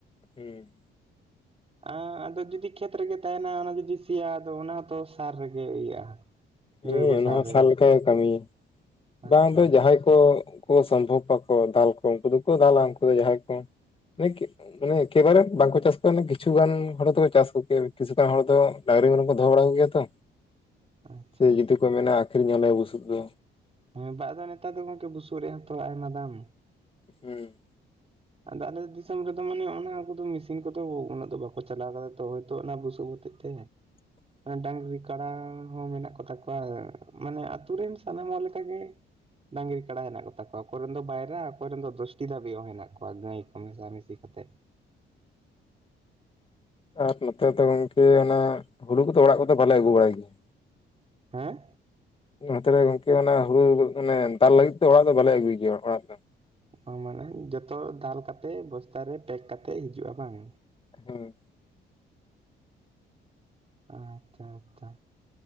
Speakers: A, on the left (about 25°); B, on the right (about 30°).
A: ᱦᱮᱸ᱾
B: ᱮᱸ ᱟᱫᱚ ᱡᱩᱫᱤ ᱠᱷᱮᱛ ᱨᱮᱜᱮ ᱛᱟᱦᱮᱱᱟ ᱚᱱᱟ ᱡᱩᱫᱤ ᱥᱮᱭᱟ-ᱟ ᱟᱫᱚ ᱚᱱᱟ ᱦᱚᱸᱛᱚ ᱥᱟᱨ ᱨᱮᱜᱮ ᱤᱭᱟᱹᱜᱼᱟ᱾
A: ᱦᱮᱸ
B: ᱡᱳᱭᱵᱚ
A: ᱚᱱᱟ ᱦᱚᱸ
B: ᱨᱮ
A: ᱥᱟᱨ ᱞᱮᱠᱟᱜᱮᱭ ᱠᱟᱹᱢᱤᱭᱟ,
B: ᱟᱪᱪᱷᱟ
A: ᱵᱟᱝ ᱫᱚ
B: ᱟᱪᱪᱷᱟ
A: ᱡᱟᱦᱟᱸᱭ ᱠᱚ, ᱠᱚ ᱥᱚᱢᱵᱷᱚᱵ ᱟᱠᱚ ᱫᱟᱞ ᱠᱚ ᱩᱱᱠᱩ ᱫᱚᱠᱚ ᱫᱟᱞᱟ ᱩᱱᱠᱩ ᱫᱚ ᱡᱟᱦᱟᱸᱭ ᱠᱚ ᱞᱤᱠ ᱢᱟᱱᱮ ᱮᱠᱮᱵᱟᱨᱮ ᱵᱟᱝᱠᱚ ᱪᱟᱥ <inaudible> ᱠᱤᱪᱷᱩᱜᱟᱱ ᱦᱚᱲ ᱫᱚᱠᱚ ᱪᱟᱥ ᱠᱚ ᱠᱮ ᱠᱤᱪᱷᱩ ᱜᱟᱱ ᱦᱚᱲ ᱫᱚ ᱰᱟᱺᱝᱨᱤ ᱢᱮᱨᱚᱢ ᱠᱚ ᱫᱚᱦᱚ ᱵᱟᱲᱟ ᱠᱚ ᱜᱮᱭᱟ ᱛᱚ,
B: ᱟᱪᱪᱷᱟ
A: ᱥᱮ
B: ᱟᱪᱪᱷᱟ
A: ᱡᱩᱫᱤ ᱠᱚ ᱢᱮᱱᱟ ᱟᱹᱠᱷᱨᱤᱧ ᱟᱞᱮ ᱵᱩᱥᱩᱵ ᱫᱚ᱾
B: ᱦᱮᱸ ᱵᱟᱝ ᱟᱫᱚ ᱱᱮᱛᱟᱨ ᱫᱚ ᱜᱚᱢᱠᱮ ᱵᱩᱥᱩᱵ ᱨᱮᱭᱟᱜ ᱦᱚᱸᱛᱚ ᱟᱭᱢᱟ ᱫᱟᱢ᱾
A: ᱦᱩᱸ,
B: ᱟᱫᱚ ᱟᱞᱮ ᱫᱤᱥᱚᱢ ᱨᱮᱫᱚ ᱢᱟᱱᱮ ᱚᱱᱟ ᱠᱚᱫᱚ ᱢᱮᱥᱤᱱ ᱠᱚᱫᱚ ᱩᱱᱟᱹᱜ ᱫᱚ ᱵᱟᱠᱚ ᱪᱟᱞᱟᱣ ᱠᱟᱫᱟ ᱛᱚ ᱦᱚᱭᱛᱚ ᱚᱱᱟ ᱵᱩᱥᱩᱵ ᱦᱚᱛᱮᱡ ᱛᱮ
A: <unintelligible>
B: ᱰᱟᱺᱝᱨᱤ ᱠᱟᱰᱟ ᱦᱚᱸ ᱢᱮᱱᱟᱜ ᱠᱚᱛᱟ ᱠᱚᱣᱟ ᱢᱟᱱᱮ ᱟᱛᱩ ᱨᱮᱱ ᱥᱟᱱᱟᱢ ᱦᱚᱲ ᱞᱮᱠᱟ ᱜᱮ ᱰᱟᱺᱝᱨᱤ ᱠᱟᱰᱟ ᱦᱮᱱᱟᱜ ᱠᱚᱛᱟ ᱠᱚᱣᱟ ᱚᱠᱚᱭ ᱨᱮᱱ ᱫᱚ ᱵᱟᱭᱨᱟ ᱚᱠᱚᱭ ᱨᱮᱱ ᱫᱚ ᱫᱚᱥᱴᱤ ᱫᱷᱟᱵᱤᱡ ᱦᱚᱸ ᱦᱮᱱᱟᱜ ᱠᱚᱣᱟ᱾ ᱠᱚᱣᱟ ᱜᱟᱹᱭ ᱠᱚ ᱢᱮᱥᱟ ᱢᱤᱥᱤ ᱠᱟᱛᱮᱜ᱾
A: ᱟᱨ ᱱᱚᱛᱮ ᱫᱚ ᱜᱚᱝᱠᱮ ᱚᱱᱟ ᱦᱩᱲᱩ ᱠᱚᱫᱚ ᱚᱲᱟᱜ ᱠᱚᱫᱚ ᱵᱟᱞᱮ ᱟᱹᱜᱩ ᱵᱟᱲᱟᱭ ᱜᱮᱭᱟ᱾
B: ᱦᱮᱸ?
A: ᱱᱚᱛᱮ ᱨᱮ ᱜᱚᱝᱠᱮ ᱚᱱᱟ ᱦᱩᱲᱩ ᱢᱟᱱᱮ ᱫᱟᱞ ᱞᱟᱹᱜᱤᱫ ᱛᱮ ᱚᱲᱟᱜ ᱫᱚ ᱵᱟᱞᱮ ᱟᱹᱜᱩᱭ ᱜᱮᱭᱟ ᱚᱲᱟᱜ ᱫᱚ᱾
B: ᱚ ᱢᱟᱱᱮ ᱡᱚᱛᱚ ᱫᱟᱞ ᱠᱟᱛᱮᱜ ᱵᱚᱥᱛᱟ ᱨᱮ ᱯᱮᱠ ᱠᱟᱛᱮᱫ ᱦᱤᱡᱩᱜ-ᱟ ᱵᱟᱝ᱾
A: ᱦᱩᱸ,
B: ᱟᱪᱪᱷᱟ ᱟᱪᱪᱷᱟ᱾